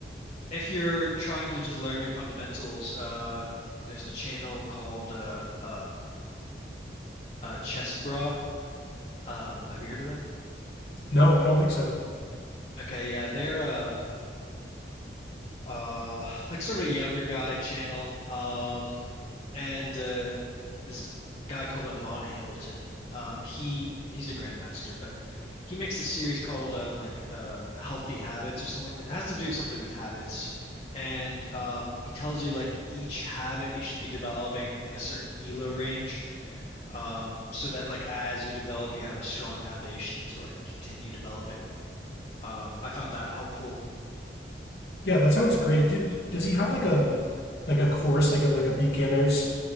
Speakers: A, on the left; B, on the left.
A: if you're trying to just learn your fundamentals, uh, there's a channel called uh, uh, uh, Chess Bra. Um, have you heard of them?
B: No, I don't think so.
A: Okay, yeah, they're uh, uh, like sort of younger guy channel. Um, and uh, this guy called Amon Hambleton. Um, he he's a grandmaster, but he makes a series called um, like uh, Healthy Habits or something like that. It has to do something with habits, and um, he tells you like each habit you should be developing in a certain ELO range, um, so that like as you develop, you have a strong foundation to like continue developing. Um, I found that helpful.
B: Yeah, that sounds great. Do, does he have like a like a course like a like a beginners